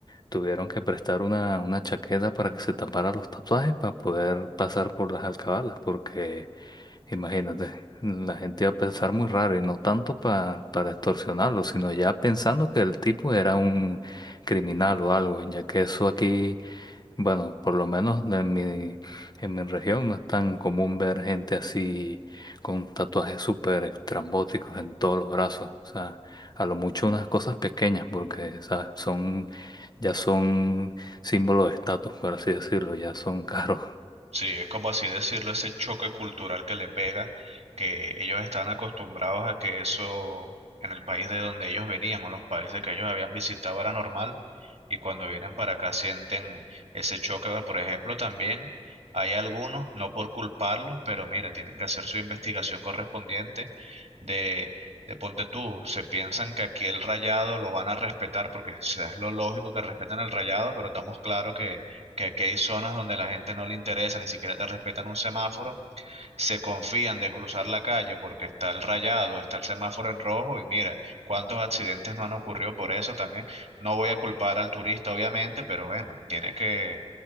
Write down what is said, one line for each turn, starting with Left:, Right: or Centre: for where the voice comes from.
Left: Tuvieron que prestar una, una chaqueta para que se tapara los tatuajes para poder pasar por las alcabalas, porque imagínate, la gente iba a pensar muy raro y no tanto pa- para extorsionarlo, sino ya pensando que el tipo era un criminal o algo, ya que eso aquí, bueno, por lo menos en mi, en mi región no es tan común ver gente así con tatuajes súper estrambóticos en todos los brazos, o sea, a lo mucho unas cosas pequeñas, porque, ¿sabes? Son ya son símbolos de estatus, por así decirlo, ya son caros.
Right: Sí, es como así decirlo, ese choque cultural que le pega, que ellos estaban acostumbrados a que eso en el país de donde ellos venían o los países que ellos habían visitado era normal, y cuando vienen para acá sienten ese choque. Bueno, por ejemplo, también hay algunos, no por culparlos, pero mira, tienen que hacer su investigación correspondiente de, de ponte tú, se piensan que aquí el rayado lo van a respetar porque o sea, es lo lógico que respeten el rayado, pero estamos claros que aquí hay zonas donde la gente no le interesa, ni siquiera te respetan un semáforo, se confían de cruzar la calle porque está el rayado, está el semáforo en rojo y mira, cuántos accidentes no han ocurrido por eso también. No voy a culpar al turista, obviamente, pero bueno, tiene que,